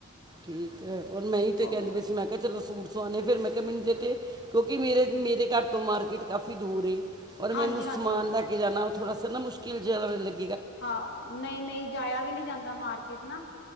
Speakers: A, on the right; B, on the left.
A: ਠੀਕ ਐ, ਔਰ ਮੈਂ ਹੀ ਤਾਂ
B: ਹੋਰ
A: ਕਹਿੰਦੀ ਪਈ ਸੀ, ਮੈਂ ਕਿਹਾ ਚਲੋਂ ਸੂਟ ਸਵਾਣੇ ਆ, ਫਿਰ ਮੈਂ ਕਿਹਾ ਮੈਨੂੰ ਚੇਤੇ ਕਿਉਂਕਿ ਮੇਰੇ ਮੇਰੇ ਘਰ ਤੋਂ ਮਾਰਕੀਟ ਕਾਫੀ ਦੂਰ ਏ। ਔਰ ਮੈਨੂੰ
B: ਹਾਂਜੀ
A: ਸਮਾਨ
B: ਹਾਂਜੀ
A: ਲੈ ਕੇ ਜਾਣਾ ਥੋੜਾ ਸਾ ਨਾ ਮੁਸ਼ਕਿਲ ਜਿਹਾ ਲਗ
B: ਹਾਂ, ਨਹੀਂ ਨਹੀਂ ਜਾਇਆ ਵੀ ਨੀ ਜਾਂਦਾ ਮਾਰਕੀਟ ਨਾ।